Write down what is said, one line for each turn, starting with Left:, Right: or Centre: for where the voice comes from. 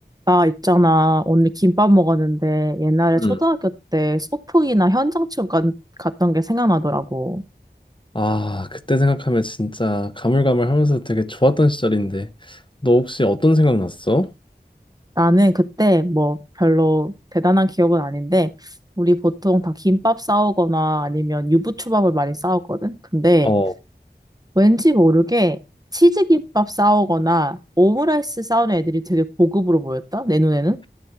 Right: 나 있잖아. 오늘 김밥 먹었는데 옛날에 초등학교
Left: 음.
Right: 때 소풍이나 현장 체험 간- 갔던 게 생각나더라고.
Left: 아, 그때 생각하면 진짜 가물가물하면서 되게 좋았던 시절인데. 너 혹시 어떤 생각 났어?
Right: 나는 그때 뭐 별로 대단한 기억은 아닌데 우리 보통 다 김밥 싸오거나 아니면 유부초밥을 많이 싸웠거든. 근데
Left: 어,
Right: 왠지 모르게 치즈김밥 싸오거나 오므라이스 싸우는 애들이 되게 고급으로 보였다. 내 눈에는.